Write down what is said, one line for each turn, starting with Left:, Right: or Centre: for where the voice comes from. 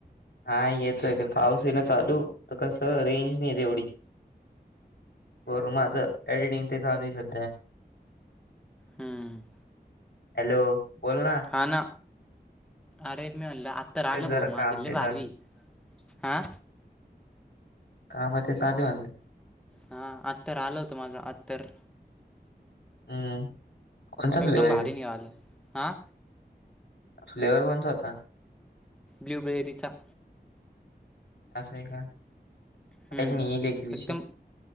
Left: हा येतोय, ते पाऊस ये ना चालू, तर कसं, रेंज नाही येत एवढी <unintelligible> माझं एडिटिंग ते चालू आहे सध्या.
Centre: हम्म.
Left: हॅलो? बोल ना.
Centre: हा ना, अरे <unintelligible>
Left: तेच
Centre: भाऊ
Left: जरा
Centre: माझं,
Left: काम
Centre: लई
Left: ते
Centre: भारी
Left: चालू आहे.
Centre: आ?
Left: काम हाय, ते चालू ये म्हणलं
Centre: हा, अत्तर आलं होतं माझं, अत्तर
Left: हम्म! कोणसा फ्लेवर
Centre: एकदम
Left: आहे
Centre: भारी
Left: रे?
Centre: निघालं हां
Left: फ्लेवर कोणचा होता?
Centre: ब्ल्यू बेरीचा.
Left: असं आहे का.
Centre: हम्म,
Left: येईल मी येईल एक दिवशी
Centre: एकदम